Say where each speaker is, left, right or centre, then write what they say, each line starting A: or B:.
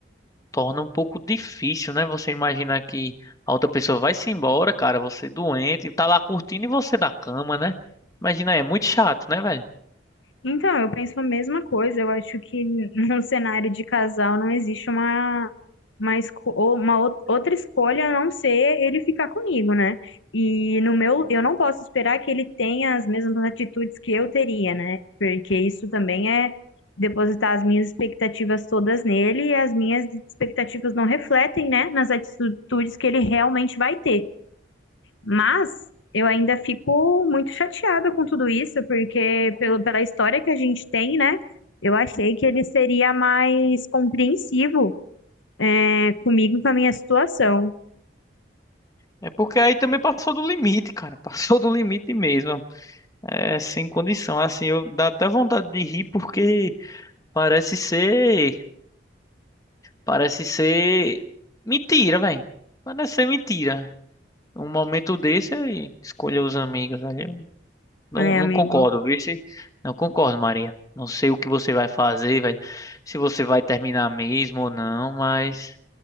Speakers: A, on the left; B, on the left.
A: torna um pouco difícil, né? Você imaginar que a outra pessoa vai se embora, cara, você doente, tá lá curtindo e você da cama, né? Imagina, é muito chato, né, velho?
B: Então, eu penso a mesma coisa. Eu acho que <laughs> num cenário de casal não existe uma, uma, esco- ou uma ou- outra escolha a não ser ele ficar comigo, né? E no meu, eu não posso esperar que ele tenha as mesmas atitudes que eu teria, né? Porque isso também é depositar as minhas expectativas todas nele e as minhas expectativas não refletem, né, nas atitudes que ele realmente vai ter. Mas eu ainda fico muito chateada com tudo isso, porque pelo, pela história que a gente tem, né? Eu achei que ele seria mais compreensivo, né, comigo e com a minha situação.
A: É porque aí também passou do limite, cara. <laughs> Passou do limite mesmo. É sem condição. Assim, eu dá até vontade de rir porque parece ser, parece ser mentira, velho. Parece ser mentira. Um momento desse, eu escolher os amigos ali. Não,
B: É,
A: não
B: amigo.
A: concordo, viu? Se- Não concordo, Maria. Não sei o que você vai fazer, vai, se você vai terminar mesmo ou não, mas